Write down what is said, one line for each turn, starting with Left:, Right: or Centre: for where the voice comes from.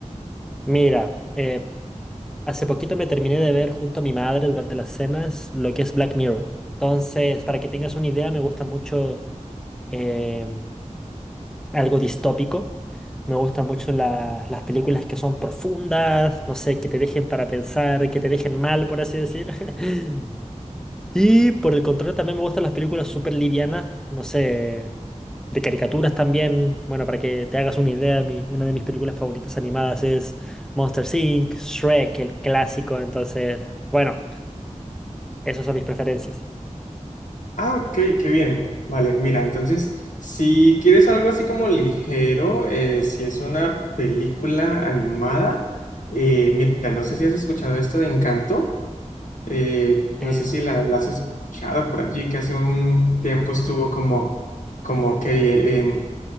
Centre: Mira, eh, hace poquito me terminé de ver junto a mi madre durante las cenas lo que es Black Mirror. Entonces, para que tengas una idea, me gusta mucho em, algo distópico. Me gustan mucho la- las películas que son profundas, no sé, que te dejen para pensar, que te dejen mal, por así decir. <laughs> Y por el contrario, también me gustan las películas súper livianas, no sé, de caricaturas también. Bueno, para que te hagas una idea, mi- una de mis películas favoritas animadas es Monsters Inc., Shrek, el clásico. Entonces, bueno, esas son mis preferencias.
Left: Ah, ok, qué bien. Vale, mira, entonces, si quieres algo así como ligero, eh, si es una película animada, eh, mira, no sé si has escuchado esto de Encanto, eh, no
Centre: Eh,
Left: sé si la, la has escuchado por allí, que hace un tiempo estuvo como, como que eh, en-